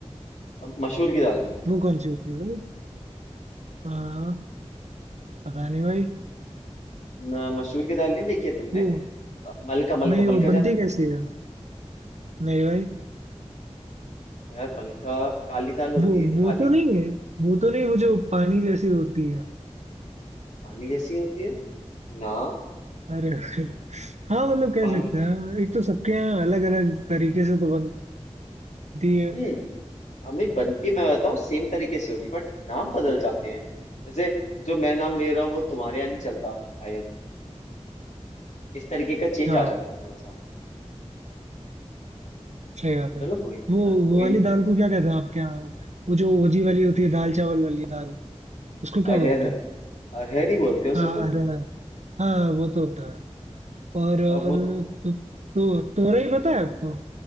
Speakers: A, on the left; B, on the right.
A: अ, मसूर की दाल
B: वो कौन सी होती है भाई हाँ पता नहीं भाई
A: न, मसूर की दाल नहीं देखी है तुमने
B: वो
A: अ, मलका मलका
B: नहीं वो
A: मलका
B: बनती
A: जानते हो?
B: कैसी है नहीं भाई
A: यार मलका काली दाल होती
B: वो
A: है
B: वो
A: काली
B: तो नहीं
A: दाल
B: है वो तो नहीं वो जो पानी जैसी होती है
A: पानी जैसी होती है ना
B: अरे भाई। हाँ मतलब कह
A: पानी
B: सकते हैं एक तो सबके यहाँ अलग अलग तरीके से तो बनती है
A: हम्म अम्मी बनती मैं बताऊँ सेम तरीके से होगी बट नाम बदल जाते हैं जैसे जो मैं नाम ले रहा हूँ वो तुम्हारे यहाँ नहीं चलता शायद इस तरीके का चेंज
B: हाँ
A: आ जाता थोड़ा सा
B: सही बात है
A: चलो कोई नहीं
B: वो
A: यार
B: वो
A: कोई
B: वाली
A: नहीं कोई
B: दाल
A: नहीं
B: को क्या कहते हैं आपके यहाँ वो जो ओजी वाली होती है दाल चावल वाली दाल उसको क्या
A: अरहर
B: बोलते हैं
A: अरहर ही बोलते हैं उसे
B: हाँ
A: तो
B: अरे हाँ वो तो होता है और और
A: अब वो तो
B: तो, तो तोरई पता है आपको